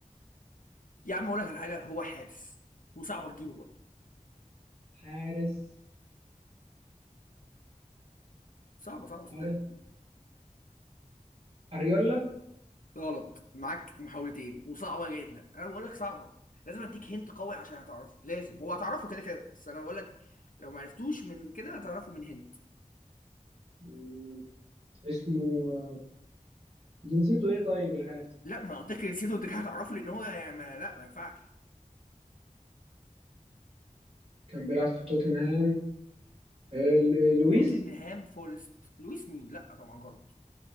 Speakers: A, on the left; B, on the right.
A: يا عم اقول لك على حاجه هو حارس وصعبه تجيبه برضه
B: حارس
A: صعبه صعبه صدقني
B: حارس اريولا
A: غلط معاك محاولتين وصعبه جدا انا بقول لك صعبه لازم اديك هنت قوي عشان هتعرفه لازم هو هتعرفه كده كده بس انا بقول لك لو ما عرفتوش من كده هتعرفه من هنت
B: مم. اسمه آه، جنسيته ايه طيب الحارس
A: لا ما قلت لك نسيته انت كده هتعرفه لان هو يعني ما لا ما ينفعش
B: كان بيلعب في توتنهام آه، ل- لويس
A: توتنهام فورست لويس مين لا طبعا غلط